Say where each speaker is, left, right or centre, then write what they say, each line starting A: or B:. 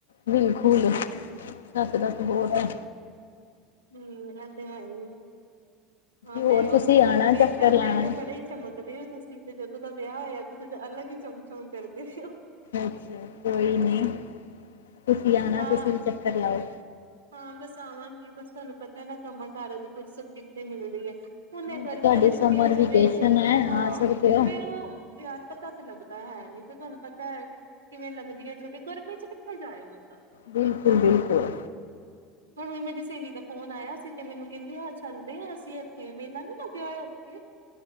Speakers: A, on the left (about 75°); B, on the right (about 85°).
A: ਬਿਲਕੁਲ ਦੱਸ ਦੱਸ ਬਹੁਤ ਆ।
B: ਉਹ ਤਾਂ ਹੈ ਹੀ ਹਾਂ
A: ਹੋਰ
B: ਮੈਂ ਉਸ
A: ਤੁਸੀਂ
B: ਦਿਨ
A: ਆਣਾ
B: ਤੁਹਾਨੂੰ ਵੇਖਿਆ
A: ਚੱਕਰ ਲਾਣਾ।
B: ਮੈਂ ਕਿਹਾ ਬੜੇ ਚਮਕਦੇ ਹੋ ਤੁਸੀਂ ਤੇ ਜਦੋਂ ਦਾ ਵਿਆਹ ਹੋਇਆ ਤਾਂ ਅਲੱਗ ਹੀ ਚਮਚਮ ਕਰਦੇ ਹੋ।
A: ਅੱਛਾ ਕੋਈ ਨਹੀਂ ਤੁਸੀ ਆਣਾ
B: ਹਾਂ
A: ਤੁਸੀਂ ਵੀ ਚੱਕਰ ਲਾਓ।
B: ਹਾਂ ਬਸ ਆਵਾਂਗੀ ਬਸ ਤੁਹਾਨੂੰ ਪਤਾ ਹੈ ਨਾ ਕੰਮਾਂ ਕਾਰਾਂ ਦੀ ਫੁਰਸਤ ਕਿੱਥੇ ਮਿਲਦੀ ਹੈ। ਹੁਣ ਗਰਮੀਆਂ
A: ਤੇ ਤੁਹਾਡੀ
B: ਦੀ ਛੁੱਟੀਆਂ
A: ਸਮਰ ਵੇਕੇਸ਼ਨ
B: ਚ ਵੇਲ ਹੋਈ
A: ਐ
B: ਹੈ ਹਾਂ।
A: ਆ ਸਕਦੇ ਓ।
B: ਫੇਰ ਉਹ ਪਿਆਰ ਪਤਾ ਤੇ ਲੱਗਦਾ ਹੈ ਨ ਫਰ ਤੁਹਾਨੂੰ ਪਤਾ। ਤਾਂ ਕਿਵੇਂ ਲੰਘਦੀ ਹੈ ਛੁਟੀੀਆਂ ਗਰਮੀ ਚ ਕਿੱਥੇ ਜਾਏ ਬੰਦਾ।
A: ਬਿਲਕੁਲ-ਬਿਲਕੁਲ,
B: ਮੈਨੂੰ ਮੇਰੀ ਸਹੇਲੀ ਦਾ ਫੋਨ ਆਇਆ ਸੀ ਤੇ ਮੈਨੂੰ ਕਹਿੰਦੇ ਆਹ ਚੱਲਦੇ ਹਾਂ ਅਸੀਂ ਇੱਥੇ ਮੇਲਾ ਨੀ ਲੱਗਿਆ ਹੋਇਆ ਇੱਥੇ।